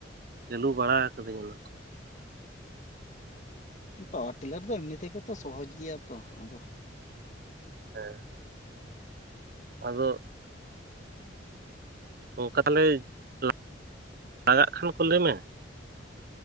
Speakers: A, on the right; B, on the left.
A: ᱪᱟᱹᱞᱩ ᱵᱟᱲᱟ ᱠᱟᱹᱫᱤᱧ ᱚᱱᱟᱠᱚ
B: ᱯᱟᱣᱟᱨ ᱴᱤᱞᱟᱨ ᱫᱚ ᱮᱢᱱᱤ ᱛᱮᱜᱮ ᱛᱚ ᱥᱚᱦᱚᱡᱽ ᱜᱮᱭᱟ ᱛᱚ ᱟᱫᱚ
A: ᱦᱮᱸ ᱟᱫᱚ ᱚᱝᱠᱟ ᱛᱟᱦᱞᱮ ᱞᱟᱜ <inaudible> ᱞᱟᱜᱟᱜ ᱠᱷᱟᱱ ᱠᱚ ᱞᱟᱹᱭᱢᱮ